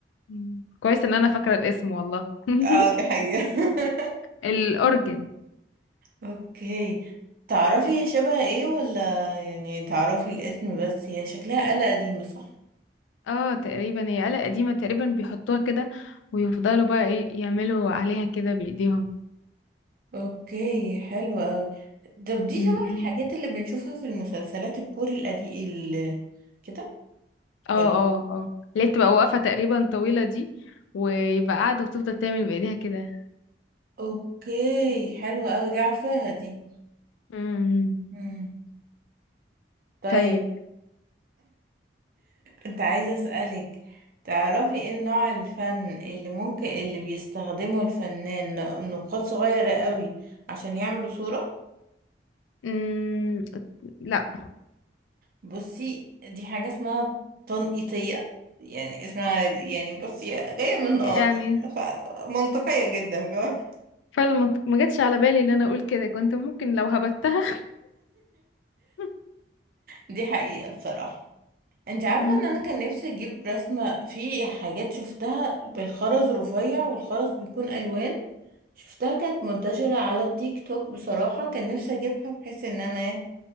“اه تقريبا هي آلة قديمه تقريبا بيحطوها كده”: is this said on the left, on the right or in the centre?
Left